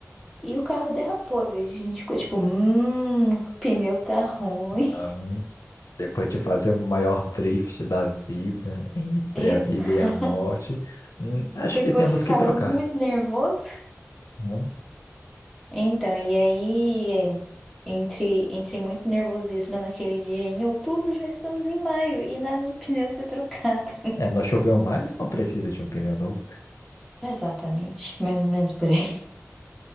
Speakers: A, in the centre; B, on the left.
A: E o carro derrapou, a gente ficou tipo, hum, o pneu tá ruim.
B: Aham. Depois de fazer o maior drift da vida, entre
A: <laughs> Exa-
B: a vida e a morte, hum, acho
A: Depois
B: que temos
A: de ficar
B: que trocar.
A: muito nervoso.
B: né?
A: Então, e aí, entre, entre muito nervosismo naquele dia, em outubro já estamos em maio e nada do pneu ser trocado.
B: É, não choveu mais, não precisa de um pneu novo.
A: <laughs> Exatamente, mais ou menos por aí.